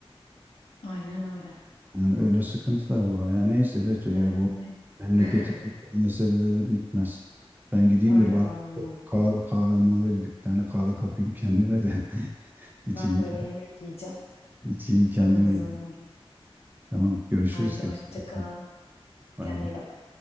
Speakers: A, on the left; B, on the right.
A: Aynen öyle.
B: Yani öyle sıkıntılar var. Yani neyse Betül
A: Evet.
B: ya bu memleketin
A: <laughs>
B: meseleleri bitmez. Ben gideyim
A: Öyle
B: de bari
A: vallahi.
B: kahve, kahve mavi dedik bir tane kahve kapayım kendime de <laughs> içeyim,
A: Ben de öyle yemek yiyeceğim.
B: içeyim kendime.
A: Tamam o zaman.
B: Tamam görüşürüz.
A: Haydi
B: Kendine
A: hoşça
B: iyi
A: kal.
B: bak. Bay
A: Kendine
B: bay.
A: iyi bak.